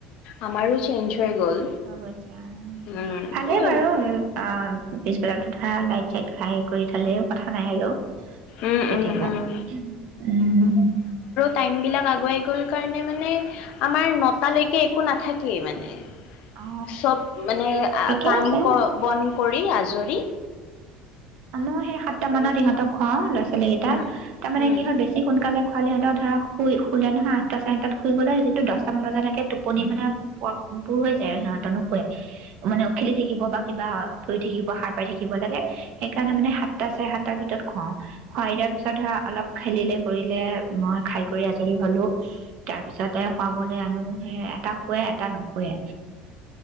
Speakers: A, on the left; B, on the right.
A: আমাৰো চেঞ্জ হৈ গ'ল
B: অৱশ্য
A: উম
B: ভালেই
A: উম
B: বাৰু অ পিছবেলাতো ধা লাইট চাইট খাই এ কৰি থালেও কথা নাই আৰু কেতিয়াবা
A: উম উম উম
B: উম
A: টাইমবিলাক আগুৱাই গ'ল কাৰণে মানে আমাৰ নটালৈকে একো নাথাকেই মানে
B: অ
A: চব মানে
B: ঠিকে
A: কাম
B: আছে
A: ক বন কৰি আজৰি কৰি
B: আনো সেই সাতটা মানত সিহতক খোৱাও লৰা ছো লী কেইটা
A: উম
B: তাৰ মানে
A: উম
B: কি হয় বেছি সোনকালে খলীহতে ধৰা শুই শুলে নহয় আঠ টা চাৰে আঠটাত শুই গলে হিহতে দহটামান বজাতে টোপনি
A: উম
B: মানে প পুৰ হৈ যায় আৰু সিহতৰ নুশুৱে মানে উম খেলি থাকিব বা কিবা শুই থাকিব হা পাই থাকিব লাগে সেইকাৰণে মানে সাতটা চাৰে সাত তাৰ ভিতৰত খোৱাও খোৱাই দিয়াৰ পিছত ধৰা অলপ খেলিলে কৰিলে মই খাই কৰি আজৰি হলো তাৰ পিছতে শুৱাবলৈ আনো সেয়াই তাক শোৱাই টা নুশুৱে